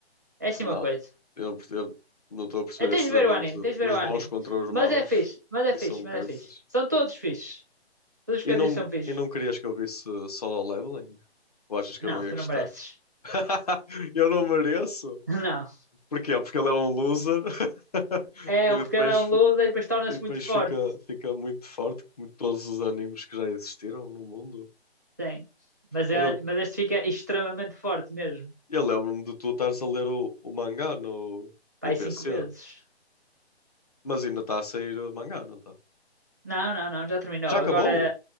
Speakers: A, on the right (about 15°); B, on the left (about 35°).
A: É assim
B: Não.
A: uma coisa.
B: Eu não, perce- eu não estou a perceber
A: É, tens
B: esses
A: de ver
B: animes
A: o anime,
B: de
A: tens de ver
B: os
A: o anime.
B: bons contra os
A: Mas
B: maus.
A: é fixe, mas é
B: E
A: fixe,
B: são
A: mas
B: curses.
A: é fixe. São todos fixes. Todos os
B: E
A: que eu
B: não,
A: disse são fixes.
B: e não querias que eu visse solo leveling? Ou achas que
A: Não,
B: eu não ia
A: tu
B: gostar?
A: não mereces.
B: <laughs> Eu não mereço.
A: <laughs> Não.
B: Porquê? Porque ele é um loser <laughs>
A: É,
B: e
A: um-
B: depois,
A: porque ele é um
B: fi-
A: loser e depois torna-se
B: e depois
A: muito forte.
B: fica, fica muito forte, como todos os animes que já existiram no mundo.
A: Sim. Mas, é,
B: Eu, não-
A: mas este fica extremamente forte mesmo.
B: eu lembro-me de tu estares a ler o, o mangá no,
A: Pai,
B: no PC,
A: cinco vezes.
B: mas ainda está a sair o mangá, não está?
A: Não, não, não, já terminou.
B: Já acabou?
A: Agora